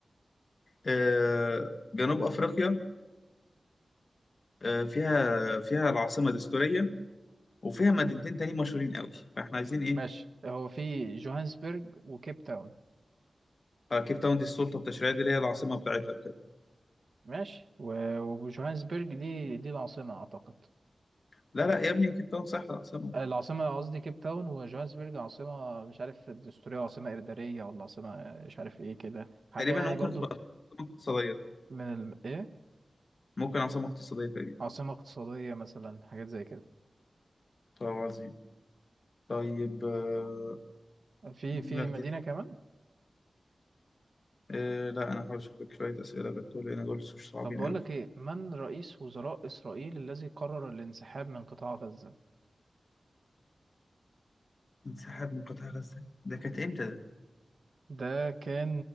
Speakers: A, on the left (about 50°); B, on the right (about 65°).
A: آه جنوب افريقيا آه فيها فيها العاصمة دستورية وفيها مدينتين تانيين مشهورين قوي فاحنا عايزين ايه
B: ماشي هو في جوهانسبرج وكيب تاون
A: آه كيب تاون دي السلطة التشريعية دي اللي هي العاصمة بتاعتها بجد
B: ماشي و- وجوهانسبرج دي دي العاصمة أعتقد
A: لا لا يا ابني كيب تاون صح العاصمة
B: العاصمة قصدي كيب تاون وجوهانسبرج عاصمة مش عارف دستورية وعاصمة إدارية ولا عاصمة مش عارف إيه كده حاجة
A: تقريبا
B: يعني
A: ممكن
B: برضو
A: تبقى عاصمة اقتصادية
B: من ال... إيه
A: ممكن عاصمة اقتصادية تقريبا
B: عاصمة اقتصادية مثلا حاجات زي كده
A: طب عظيم طيب آه،
B: في في
A: لا
B: مدينة
A: دي
B: كمان
A: آه، لا أنا هحاول أشوف لك شوية أسئلة غير دول لأن دول مش صعبين
B: طب بقول
A: أوي
B: لك إيه من رئيس وزراء إسرائيل الذي قرر الانسحاب من قطاع غزة
A: انسحاب من قطاع غزة ده كانت إمتى ده؟
B: ده كان